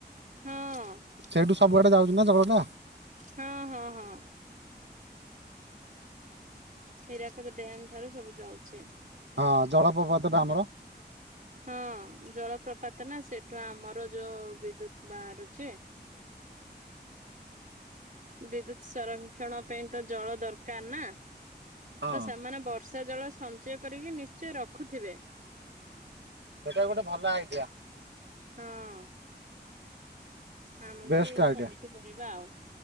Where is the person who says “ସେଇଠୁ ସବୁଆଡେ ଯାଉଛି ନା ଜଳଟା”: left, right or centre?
Right